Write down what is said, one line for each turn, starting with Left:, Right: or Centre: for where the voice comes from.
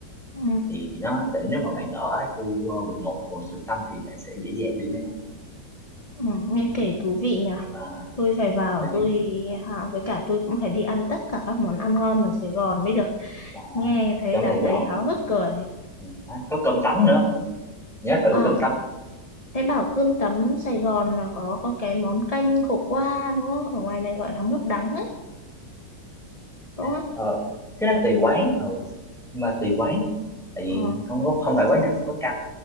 Left: ừ,
Centre: thì nó nếu mà bạn ở khu ờ, quận một quận trung tâm thì bạn sẽ dễ dàng đi mấy đó
Left: ừ, nghe
Centre: ừ.
Left: kể thú vị nhỉ
Centre: à,
Left: tôi phải vào
Centre: này
Left: tôi à, với cả tôi cũng phải đi ăn tất cả các món ăn ngon ở Sài Gòn mới được
Centre: đó
Left: nghe thấy
Centre: trong
Left: đã
Centre: Sài Gòn
Left: thấy háo
Centre: mà.
Left: hức rồi
Centre: Ừ. Đó, có cơm tấm nữa nhớ thử
Left: à
Centre: cơm tấm
Left: Thế bảo cơm tấm Sài Gòn là có có cái món canh khổ qua đúng không? Ở ngoài này gọi là mướp đắng đấy, đúng
Centre: à,
Left: không?
Centre: ờ, cái đó tùy quán ừ nhưng mà tùy quán tại vì
Left: Ờ.
Centre: không có không phải quán nào cũng có canh